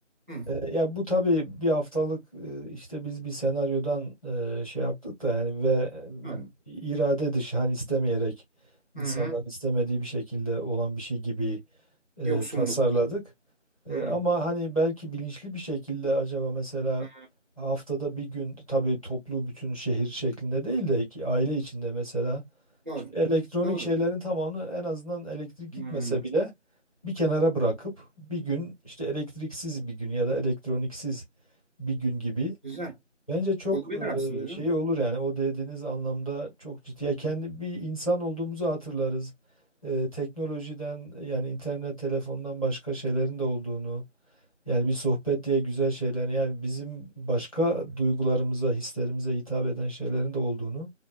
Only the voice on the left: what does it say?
E, Ya bu tabii bir haftalık e, işte biz bir senaryodan e, şey yaptık da yani ve
e, irade dışı hani istemeyerek insanların
istemediği bir şekilde olan bir şey gibi e,
tasarladık. E,
ama hani belki bilinçli bir şekilde acaba mesela
haftada bir gün tabii toplu bütün şehir şeklinde değil de ki aile içinde mesela
işte elektronik
şeylerin tamamını en azından elektrik
gitmese bile bir kenara bırakıp bir gün işte elektriksiz bir gün ya da elektroniksiz bir gün gibi
bence çok
e,
şey
olur yani o dediğiniz anlamda çok ciddi. Ya kendi bir insan olduğumuzu hatırlarız. E, teknolojiden yani internet telefondan başka şeylerin de olduğunu yani bir sohbet diye güzel şeyler yani bizim başka duygularımıza hislerimize hitap eden şeylerin de olduğunu